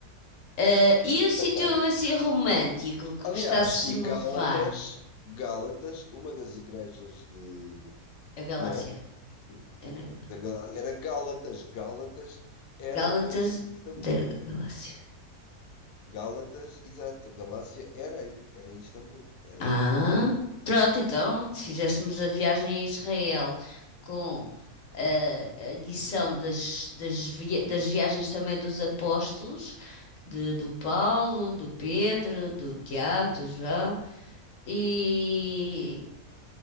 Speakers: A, on the left (about 60°); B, on the left (about 75°).
A: Eh, e um sítio
B: também.
A: assim romântico que
B: Aliás,
A: gostasses
B: e
A: de me
B: Gálatas,
A: levar?
B: Gálatas, uma das igrejas de,
A: A Galáxia.
B: não é?
A: É na Galáxia.
B: da Gal- era Gálatas. Gálatas era
A: Gálatas
B: a igreja de Istambul.
A: da da Galáxia.
B: Gálatas, exato. A Galácia era aí, era em Istambul, era
A: Ah,
B: na Turquia.
A: pronto, então, se fizéssemos a viagem a Israel com eh, a adição das, das, vi- das viagens também dos apóstolos, de- do Paulo, do Pedro, do Tiago, do João, e